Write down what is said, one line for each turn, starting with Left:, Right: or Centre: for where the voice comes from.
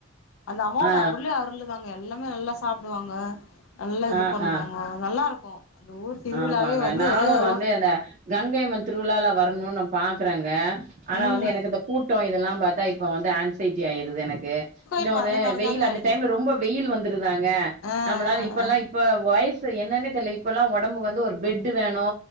Left: அந்த அம்மாவோட
Right: ஆ
Left: அருளே அருளு தாங்க எல்லாமே நல்லா சாப்டுவாங்க நல்லா இது
Right: ஆ
Left: பண்ணுவாங்கோ
Right: ஆ
Left: நல்லா இருக்கு அந்த ஊர் திருவிழாவே
Right: ஆமாங்க
Left: வந்து
Right: நானு
Left: ஒ
Right: <unintelligible> கங்கைம்மன் திருவிழால வரணு நா பாக்குறொங்க ஆனா
Left: ம்
Right: வந்து எனக்கு இந்த கூட் ட்டொ இதெல்லாம் பாத்தா இப்ப வந்து ஆன்சைட்டி ஆயிருது எனக்கு இன்னொன்னு
Left: இப்ப அந்த மாரிதாங்க
Right: வெயிலு அந்த
Left: ஆயிடுது
Right: டைம்ல ரொம்ப கூட்டொ வெயில் வந்திருதுதாங்க
Left: ஆ
Right: நம்ளால இப்பெல்லா
Left: ஆ ஆ
Right: இப்ப வயசு என்னன்னு தெரில இப்பல்லா ஒன் இப்ப வந்து ஒரு பெட்டு வேணு